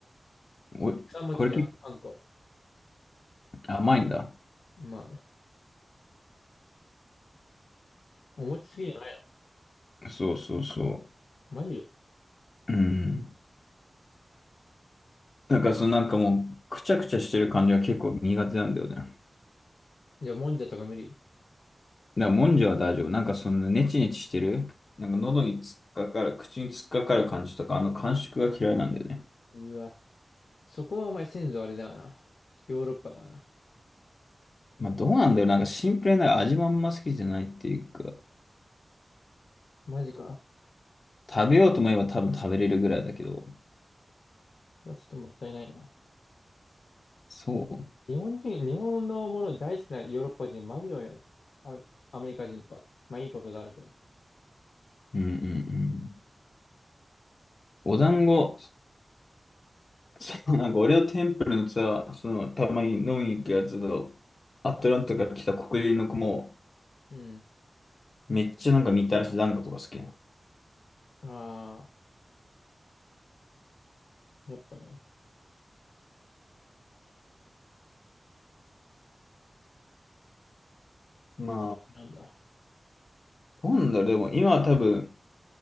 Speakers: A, on the left; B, on the left.
A: お、
B: 草餅にあん、
A: これ結
B: あんこ。
A: 構甘いんだ。
B: まあ、お餅好きじゃないの。
A: そうそうそ
B: マジ
A: う。うん。なんかそのなんかもう、くちゃくちゃしてる感じが結構苦手なんだよね。だか
B: じゃあ、もんじゃとか無理。
A: らもんじゃは大丈夫。なんかそのネチネチしてる。なんか喉に突っかかる、口に突っかかる感じとか、あの感触が嫌いなんだよね。
B: うわ。そこはお前先祖あれだよな。ヨーロッパだよな。
A: まあどうなんだよ。なんかシンプルな味もあんま好きじゃないっていうか、
B: マジか。
A: 食べようと思えば多分食べれるぐらいだけど。
B: そこはちょっともったいないな。
A: そ
B: 日本人、日本のもの大好きなヨーロッパ人マジ多いよね。アメ、アメリカ人とか。まあいいことだなと。
A: う。うんうんうん。お団子、<laughs> なんか俺のテンプルのさ、その、たまに飲みに行くやつの、アトランタから来た黒人の子も、
B: うん。
A: めっちゃなんかみたらし団子とか好きなの。
B: ああ、やっぱね、
A: ま
B: そういうの好きなんだ。
A: あ、なんだろう、でも今は多分、